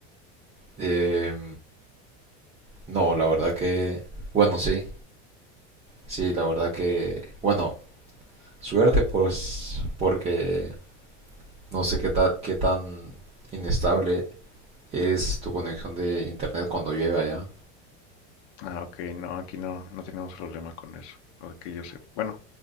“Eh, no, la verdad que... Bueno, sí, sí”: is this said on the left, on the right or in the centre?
Right